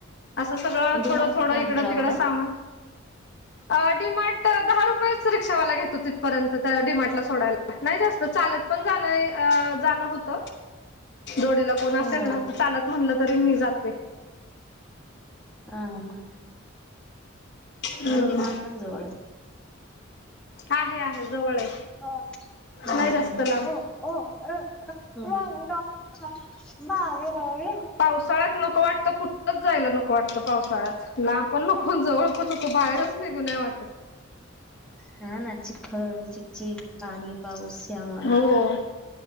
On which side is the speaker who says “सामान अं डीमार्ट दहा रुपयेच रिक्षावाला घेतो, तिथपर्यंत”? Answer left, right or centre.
Left